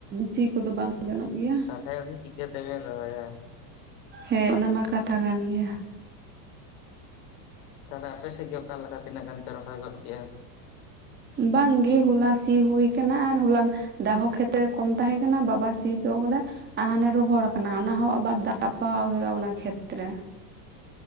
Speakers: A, on the right (about 20°); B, on the left (about 55°).
A: ᱥᱤ ᱠᱚᱫᱚ ᱵᱟᱝ ᱜᱟᱱᱚᱜ ᱜᱮᱭᱟ <unintelligible>
B: ᱦᱮᱸ ᱟᱫᱚ ᱠᱤ ᱪᱤᱠᱟᱹᱛᱮᱵᱮᱱ ᱨᱚᱦᱚᱭᱟ
A: ᱦᱮᱸ ᱚᱱᱟ ᱢᱟ ᱠᱟᱛᱷᱟ ᱠᱟᱱ ᱜᱮᱭᱟ
B: ᱛᱟᱦᱚᱞᱮ ᱟᱯᱮ ᱥᱮᱫ ᱜᱮ ᱚᱠᱟᱮ ᱞᱮᱠᱟ ᱛᱤᱱᱟᱹᱜ ᱜᱟᱱ ᱯᱮ ᱨᱚᱦᱚᱭ ᱜᱚᱫ ᱠᱮᱜᱼᱟ
A: ᱵᱟᱝᱜᱮ ᱦᱚᱞᱟ ᱥᱤ ᱦᱩᱭ ᱟᱠᱟᱱᱟ ᱟᱨ ᱦᱚᱞᱟᱱ ᱫᱟᱜᱦᱚᱸ ᱠᱷᱮᱛᱨᱮ ᱠᱚᱢ ᱛᱟᱦᱮᱸ ᱠᱟᱱᱟ ᱵᱟᱵᱟ ᱥᱤ ᱦᱚᱪᱚ ᱠᱟᱫᱟᱭ ᱦᱟᱱᱮ ᱨᱚᱦᱚᱲ ᱠᱟᱱᱟ ᱚᱱᱟᱦᱚᱸ ᱟᱵᱟᱨ ᱫᱟᱜ ᱯᱟᱣᱟᱣ ᱦᱳᱭᱳᱜᱼᱟ ᱚᱱᱟ ᱠᱷᱮᱛᱨᱮ